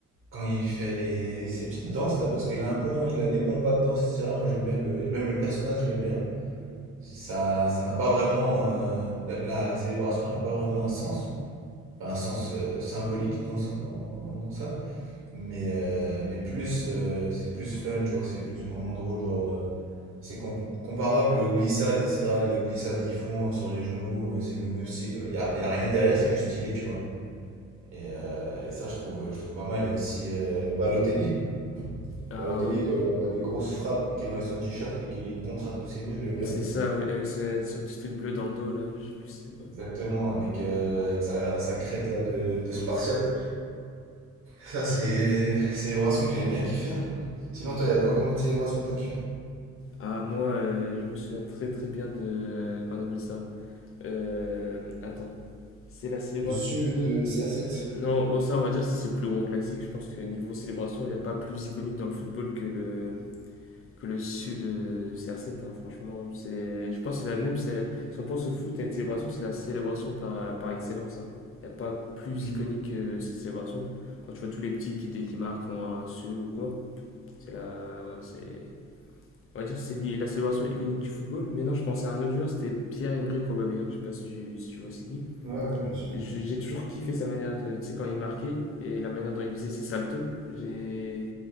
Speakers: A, on the right; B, on the left.
A: quand il fait les, ses petites danses là, parce qu'il a un bon, il a des bons pas de danse, etc. Moi j'aime bien le. Même le personnage, je l'aime bien. Ça, ça n'a pas vraiment. euh, la, la célébration, elle n'a pas vraiment un sens. Enfin, un sens euh, symbolique dans, le dans, dans- dans ça. Mais, euh, mais plus, euh, c'est plus fun, tu vois, c'est plus moment drôle, genre, euh, c'est com- comparable aux glissades, etc. Les glissades qu'ils font euh, sur les genoux, euh, c'est le même style. Il y a, y a rien derrière, c'est juste stylé, tu vois. Et, euh, et ça, je trouve, je trouve pas mal. Il y a aussi euh, Balotelli.
B: Ah
A: Balotelli,
B: oui,
A: quand il envoie des grosses frappes et qu'il enlève son t-shirt et qu'il contracte tous ses muscles, j'aime bien.
B: c'est ça, oui, avec ce- son petit truc bleu dans le dos là, je sais plus c'était quoi.
A: Exactement, avec, euh, avec sa, sa crête là de, de Spartiate. Ça, c'est c'est une célébration que j'avais bien kiffé. Sinon, toi, il y a quoi comme autre célébration que t'as kiffé?
B: Ah, moi, euh, je me souviens très très bien de. Euh, Qu'on appelle ça Euh, Attends, c'est la célébration
A: Le CE
B: de.
A: de CR7?
B: Non, bon, ça, on va dire, c'est le plus gros classique. Je pense que niveau célébration, il n'y a pas plus iconique dans le football que le. que le sud euh, de CR7, hein, franchement. C'est, je pense que c'est la même. c'est- Si on pense au foot à une célébration, c'est la célébration par, euh, par excellence. Hein. Il n'y a pas plus
A: Mhm.
B: iconique que cette célébration. Quand tu vois tous les petits qui, dès qu'ils marquent, font un su ou quoi, c'est la. ouais, c'est... On va dire que c'est la célébration iconique du football. Mais non, je pensais à un autre joueur, c'était Pierre-Emerick Aubameyang. Je sais pas si tu, si tu vois c'est qui
A: Ouais, ouais, bien sûr.
B: j'ai j'ai toujours kiffé sa manière de. Tu sais, quand il marquait et la manière dont il faisait ses saltos. J'ai.